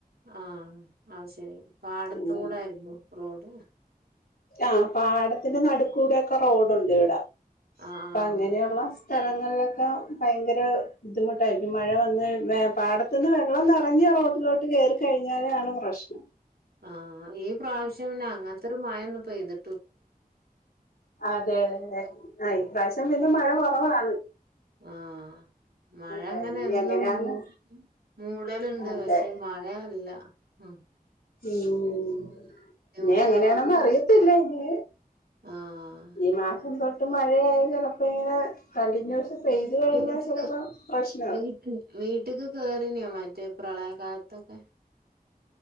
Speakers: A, on the right; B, on the left.
A: ആ അത് ശരി പാടത്ത്
B: അങ്ങനെ
A: കൂടായിരുമ്പോ റോഡ്
B: ആ പാടത്തിന്റെ നടുക്കൂടെക്കെ റോഡുണ്ട് ഇവിട
A: ആഹ്
B: അപ്പൊ അങ്ങനെയുള്ള സ്ഥലങ്ങളിലൊക്കെ ഭയങ്കര ബുദ്ധിമുട്ടായിരിക്കും മഴ വന്ന് പാട പെട്ടെന്ന് വെള്ളം നിറഞ് റോട്ടിലോട്ട് കേറിക്കഴിഞ്ഞാലാണ് പ്രശ്നം
A: ആ ഈ പ്രാവശ്യം പിന്നെ അങ്ങൻത്തെരു മഴൊന്നും പെയ്ത്
B: അതെതെ തെ ആ ഇപ്രാവശ്യം പിന്നെ മഴ കുറവാണ്
A: ആ മഴ
B: കഴിഞ്ഞ
A: ങ്ങനെ എന്നും
B: എങ്ങനെയാന്ന്
A: മൂ മൂടല്ണ്ട്
B: അതെ
A: പക്ഷെ മഴ മഴ അല്ല ഉം
B: ഉം ഉം ഉം ഉം
A: ബുദ്ധിമുട്ടാവാതെ
B: നീ എങ്ങനെയാണന്ന് അറിയത്തില്ല ഇനി
A: ആഹ്
B: ഈ മാസം തൊട്ട് ട്ട് മഴയായ ചിലപ്പോ ഇങ്ങനെ കണ്ടിന്യൂസ് പെയ്തു കഴിഞ്ഞാ
A: വീട്ട്ക്ക്
B: ചിലപ്പോ പ്രശ്നാവും
A: വീട്ട് വീട്ട്ക്ക് കേറിനോ മറ്റേ പ്രളയകാലത്തൊക്കെ